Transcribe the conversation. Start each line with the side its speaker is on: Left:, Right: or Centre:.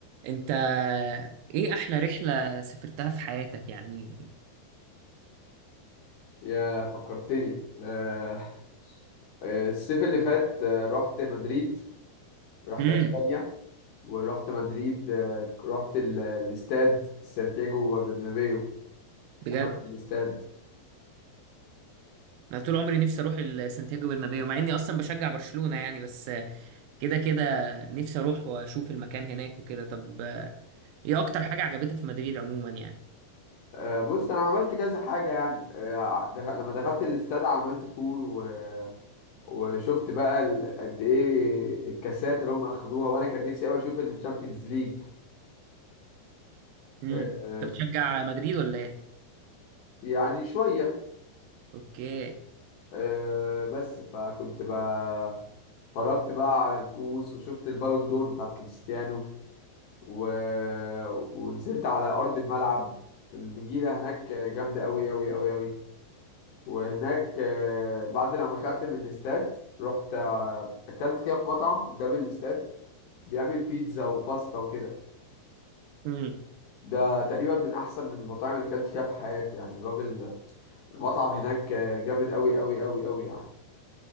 Right: انت ايه احلى رحلة سافرتها في حياتك يعني
Left: يا فكرتني آه، آه، الصيف اللي فات آه، رحت مدريد رحت
Right: امم
Left: اسبانيا ورحت مدريد آه، رحت ال- الاستاد سانتياغو برنابيو
Right: بجد
Left: دخلت الاستاد
Right: انا طول عمري نفسي اروح ال- سانتياغو برنابيو مع اني اصلا بشجع برشلونة يعني بس كده كده نفسي اروح واشوف المكان هناك وكده طب ايه اكتر حاجة عجبتك في مدريد عموما يعني
Left: آه، بص انا عملت كذا حاجه يعني آه، دخل لما دخلت الاستاد عملت تور و... وشفت بقى ال- قد ايه الكاسات اللي هم اخدوها وانا كان نفسي قوي اشوف التشامبيونز ليج
Right: امم
Left: آه،
Right: انت بتشجع مدريد ولا ايه
Left: يعني شويه
Right: اوكي
Left: آه، بس فكنت بقى اتفرجت بقى على الكؤوس وشفت البالون دور بتاعت كريستيانو و... ونزلت على أرض الملعب النجيلة هناك جامدة أوي أوي أوي أوي وهناك آه، بعد لما طلعت من الاستاد رحت آه، أكلت كده في مطعم قدام الاستاد بيعمل بيتزا وباستا وكده
Right: امم
Left: ده تقريبا من أحسن المطاعم اللي أكلت فيها في حياتي يعني الراجل المطعم هناك آه، جامد أوي أوي أوي أوي يعني